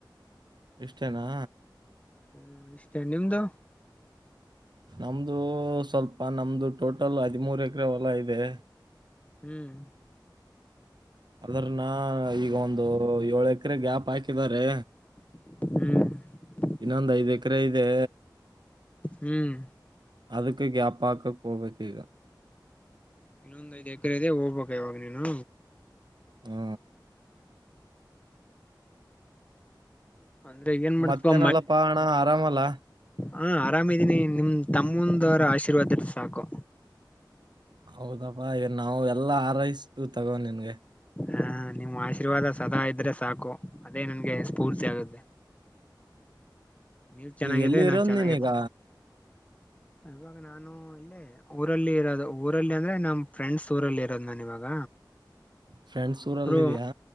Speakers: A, on the right; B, on the left.
A: ಇಷ್ಟೇನಾ
B: ಹ್ಮ್ ಇಷ್ಟೇ ನಿಮ್ದು
A: ನಮ್ದು ಸ್ವಲ್ಪ ನಮ್ದು ಟೋಟಲ್ ಹದಿಮೂರು ಎಕರೆ ಹೊಲ ಇದೆ
B: ಹ್ಮ್
A: ಅದ್ರನ್ನ ಈಗ ಒಂದು ಏಳು ಎಕರೆ ಗ್ಯಾಪ್ ಹಾಕಿದಿದ್ದಾರೆ
B: ಹ್ಮ್
A: ಇನ್ನೊಂದ್ ಐದ್ ಎಕರೆ ಇದೆ
B: ಹ್ಮ್
A: ಅದಕ್ಕೆ ಗ್ಯಾಪಾಕ ಹೋಗ್ಬೇಕು ಈಗ
B: ಇನ್ನೊಂದ್ ಐದು ಎಕರೆ ಇದೆ ಹೋಗ್ಬೇಕ ಇವಾಗ ನೀನು
A: ಹಾ
B: ಅಂದ್ರೆ ಏನ್ ಮಾಡ್ತಪ
A: ಮತ್ತೇನಲ್ಲಪ್ಪ ಅಣ್ಣ ಆರಾಮಲ್ಲ
B: ಹಾ ಆರಾಮಿದೀನಿ ನಿಮ ತಮ್ಮಂದವರ ಆಶೀರ್ವಾದ ಇದ್ರೆ ಸಾಕು
A: ಹೌದಪ್ಪಾ ಈಗ ನಾವು ಎಲ್ಲಾ ಆರೈಸ್ತೀವಿ ತಗೋ ನಿನ್ಗೆ
B: ಹಾ ನಿಮ್ಮ ಆಶೀರ್ವಾದ ಸದಾ ಇದ್ರೆ ಸಾಕು ಅದೇ ನನ್ಗೆ ಸ್ಫೂರ್ತಿ ಆಗುತ್ತೆ ನೀವ್ ಚೆನ್ನಾಗಿದ್ರೆ
A: ಈಗ ಎಲ್ಲಿ
B: ನಾನ್
A: ಇರೋದು
B: ಚೆನ್ನಾಗಿದ್ದೆ
A: ನಿನಿಂಗ
B: ಇವಾಗ ನಾನು ಇಲ್ಲೇ ಊರಲ್ಲಿ ಇರೋದು ಊರಲ್ಲಿ ಅಂದ್ರೆ ನಮ್ಮ್ ಫ್ರೆಂಡ್ಸ್ ಊರಲ್ಲಿ ಇರೋದು ನನ್ ಇವಾಗ
A: ಫ್ರೆಂಡ್ಸ್ ಊರಲ್ಲ
B: ಇಬ್ರು
A: ಇದ್ಯಾ